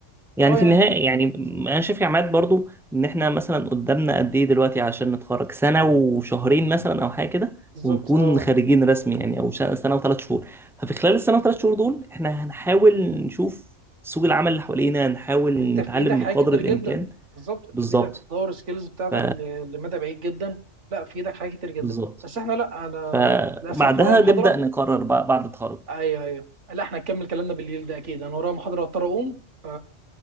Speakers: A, in the centre; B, on the right.
A: يعني
B: اه
A: في
B: يعني
A: النهاية يعني أنا شايف يا عماد برضو إن إحنا مثلا قدامنا قد إيه دلوقتي عشان نتخرج سنة وشهرين مثلا أو حاجة كده
B: بالظبط
A: ونكون
B: اه
A: خارجين رسمي يعني أو ش- سنة وثلاث شهور ففي خلال السنة وثلاث شهور دول إحنا هنحاول نشوف سوق العمل اللي حوالينا هنحاول
B: انت
A: نتعلم
B: في ايدك حاجات
A: بقدر
B: كتير
A: الإمكان
B: جدا بالظبط انت
A: بالظبط
B: في ايدك تطور السكيلز بتاعتك
A: ف
B: ل- لمدى بعيد جدا لا في ايدك حاجات كتير جدا
A: بالظبط
B: بس احنا لا انا
A: فبعدها
B: للاسف ورايا محاضره
A: نبدأ نقرر بقى بعد التخرج
B: ايوه ايوه لا احنا نكمل كلامنا بالليل ده اكيد انا ورايا محاضره اضطر اقوم ف